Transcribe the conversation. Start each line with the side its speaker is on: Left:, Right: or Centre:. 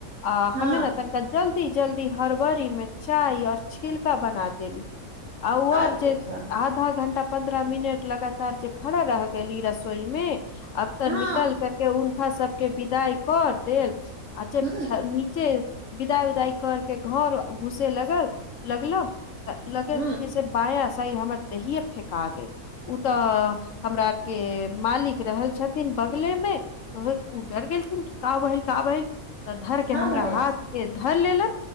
Left: आ
Right: हँ
Left: हमे ने तनि तऽ जल्दी जल्दी हरबरी में चाय और छिलका बना देली आ उहेब
Right: आइ
Left: जे
Right: देखियौ
Left: आधा घण्टा पंन्द्रह मिनट लगातार जे खड़ा रह गेली रसोई में आब तऽ
Right: हँ
Left: निकल केँ के हुनका सबके विदाई कर देल आ जब
Right: ह
Left: छ जे नीचे बिदाइ उदाई करके घर घुसे लगल लगलों तऽ लगेत
Right: ह
Left: जे से बायाँ साइल हमर देहिए फेका गेल उ तऽ हमरा आर केँ मालिक रहल छथिन बगले मे। बहुत डर गेलथिन कि काभइल काभइल तऽ धर केँ
Right: हँ
Left: हमरा
Right: भाय
Left: हाथ केँ धर लेलन